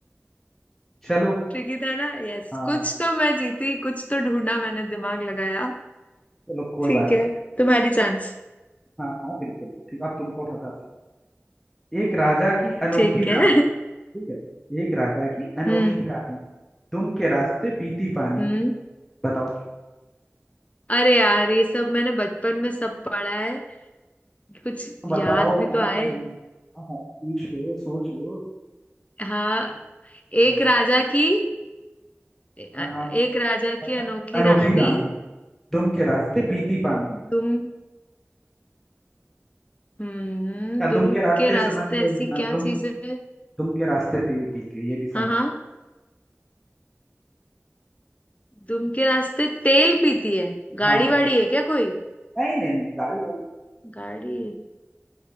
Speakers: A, in the centre; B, on the left.
A: चलो
B: ट्रिकी था ना यस
A: हाँ
B: कुछ तो मैं जीती कुछ तो ढूंढा मैंने दिमाग लगाया
A: चलो कोई
B: ठीक
A: बात
B: है
A: नहीं
B: तुम्हारी चांस
A: हाँ हाँ बिल्कुल ठीक अब तुमको फंसाता हूँ एक राजा की अनोखी
B: ठीक है
A: रानी
B: <laughs>
A: ठीक है एक राजा की अनोखी
B: हम्म
A: रानी तुम के रास्ते पीती पानी
B: हम्म
A: बताओ क्या
B: अरे यार ये सब मैंने बचपन में सब पढ़ा है कुछ
A: बताओ
B: याद भी
A: ना
B: तो
A: हाँ
B: आए
A: हाँ, पूछ लो सोच लो
B: हाँ
A: हम्म,
B: एक राजा की एक
A: आ,
B: राजा
A: पता
B: की अनोखी
A: नहीं, अनोखी
B: रानी
A: रानी दुम के रास्ते पीती पानी
B: तुम हम्म
A: या दुम
B: दुम
A: के रास्ते
B: के रास्ते
A: समझ लो
B: ऐसी
A: आ,
B: क्या
A: दुम
B: चीज है
A: दुम के रास्ते तेल पीती है ये भी
B: हाँ
A: समझ
B: हाँ
A: सकते
B: दुम के रास्ते तेल पीती है गाड़ी
A: हाँ
B: वाड़ी है क्या कोई
A: नहीं नहीं नहीं गाड़ी वाड़ी
B: गाड़ी